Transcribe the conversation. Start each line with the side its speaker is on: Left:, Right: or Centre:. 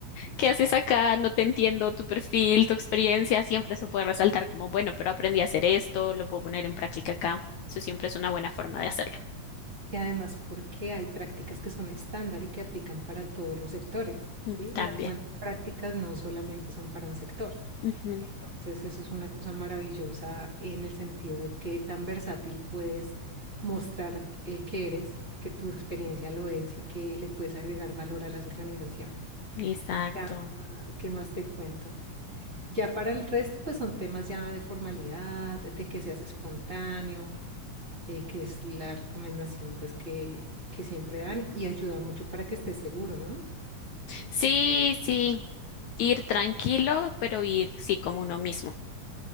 Left: ¿qué haces acá? No te entiendo tu perfil, tu experiencia, siempre se puede resaltar como, bueno, pero aprendí a hacer esto, lo puedo poner en práctica acá. Eso siempre es una buena forma de hacerlo.
Right: Y además porque hay prácticas que son estándar y que aplican para todos los sectores,
Left: Mm,
Right: ¿sí?
Left: También.
Right: Las buenas prácticas no solamente son para un sector.
Left: Ujú,
Right: Entonces, eso es una cosa maravillosa en el sentido de que tan versátil puedes mostrar eh, que eres, que tu experiencia lo es y que le puedes agregar valor a las organizaciones.
Left: Exacto.
Right: Ya, ¿qué más te cuento? Ya para el resto, pues son temas ya de formalidad, de que seas espontáneo eh, que es la recomendación pues que, que siempre dan y ayuda mucho para que estés seguro, ¿no?
Left: Sí, sí. Ir tranquilo, pero ir, sí, como uno mismo.